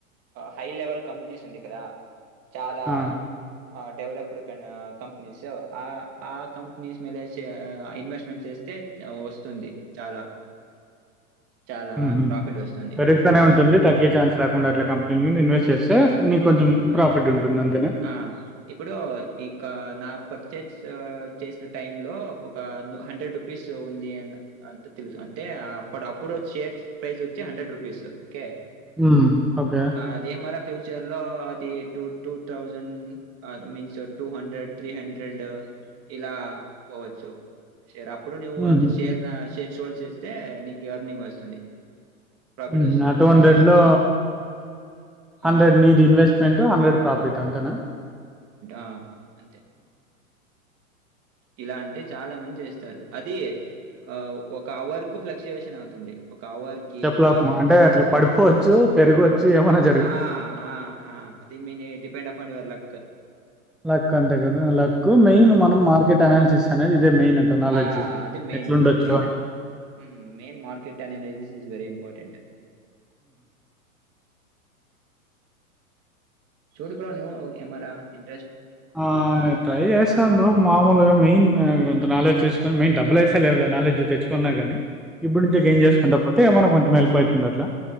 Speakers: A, on the right; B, in the centre.
A: హై లెవల్ కంపెనీస్ ఉంది కదా చాలా
B: ఆ!
A: అ డెవలప్ ఇప్పుడుకన్ కంపెనీస్ ఆ ఆ కంపనీస్ మేలేచేయ ఆ ఇన్వెస్ట్మెంట్ చేస్తే యా వస్తుంది చాలా చాలా
B: ఊహు
A: ప్రాఫిట్ వస్తుంది
B: పెరుగుతానే ఉంటుంది తగ్గే ఛాన్స్ లేకుండా అట్లా కంపెనీల మీద ఇన్వెస్ట్ వెస్ట్ చేస్తే నీకు కొంచెం
A: ఆ
B: ప్రాఫిట్ ఉంటుంది అంతేనా?
A: ఆ ఇప్పుడు ఇకా నా ప చేర్స్ చేసిన టై లో ఒక హండ్రెడ్ రూపీస్ ఉంది అ అంత తెలుసు అంటే అప్పుడు అప్పుడు షేర్స్ ప్రైజొచ్చి హండ్రెడ్ రూపీస్ ఓకే
B: హ్మ్. ఓకే.
A: అదే మర ఫ్యూచర్ ఇలో అది two two thousand means two hundred three hundred ఇలా పోవచ్చు శేర్ అప్పుడు నీవు
B: హుహు.
A: అది షేర్ నా షేర్స్ హోల్డ్స్ చేస్తే నీకు అర్నింగ్ వస్తుంది ప్రాఫిట్
B: ఉ
A: వస్తుంది.
B: ఆ టు హండ్రెడ్
A: అంటే
B: లో
A: అహా!
B: హండ్రెడ్
A: ఆ!
B: ని ఇది ఇన్వెస్ట్మెంట్ హండ్రెడ్ ప్రాఫిట్ అంతేనా
A: ఆ! అంతే. ఇలా అంటే చాలా మంది చేస్తారు అది ఆ ఒక అవర్ కు ఫ్లక్చుయేషన్ అవుతుంది ఒక అవర్‌కి
B: చెప్పలేం
A: ఒక
B: అంటే అట్లా పడిపోవచ్చు పెరిగవచ్చు ఏమన్నా
A: ఆ ఆ ఆ అది మీని depend upon your luck
B: luck అంతే కదా లక్ మెయిన్
A: ఆ!
B: మనం మార్కెట్ అనాలిసిస్ అనేది ఇదే మెయిన్ అ నాలెడ్జ్
A: ఆ! అది మెయిన్
B: ఎట్లుండొచ్చు
A: బ్రో. మెయిన్
B: అని
A: మ్మ్. Main market analysis is very important చూడ బ్రో నీవు ఎ మరా ఎం
B: ఆ ట్రై చేసాను మామూలుగా మెయిన్ ఎంత నాలెడ్జ్ చేస్ మెయిన్ డబ్బులయితే లేవ్ లే నాలెజ్ తెచ్ ఉన్నా కానీ ఇప్పుడు నుంచి ఏం చేసుకుంట అంతే మన కొంచెం హెల్ప్ అయితుందట్లా